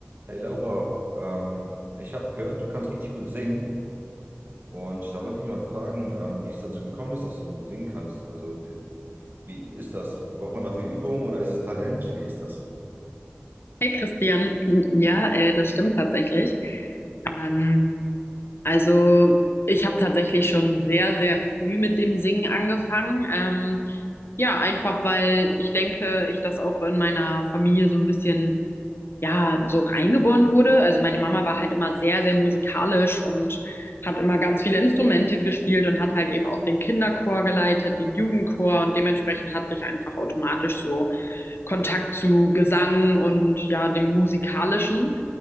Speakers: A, on the right; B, on the left.
A: Hey Laura, ähm, ich habe gehört, du kannst richtig gut singen und da wollte ich mal fragen, ähm, wie es dazu gekommen ist, dass du singen kannst. Also äh, wie ist das? Braucht man dafür Übung oder ist es Talent? Wie ist das?
B: Hey Christian, ja, äh, das stimmt tatsächlich. Ähm, also ich habe tatsächlich schon sehr, sehr früh mit dem Singen angefangen. Ähm, ja, einfach weil ich denke, ich das auch in meiner Familie so ein bisschen, ja, so reingeboren wurde. Also meine Mama war halt immer sehr, sehr musikalisch und hat immer ganz viele Instrumente gespielt und hat halt eben auch den Kinderchor geleitet, den Jugendchor und dementsprechend hatte ich einfach automatisch so Kontakt zu Gesang und ja, dem Musikalischen.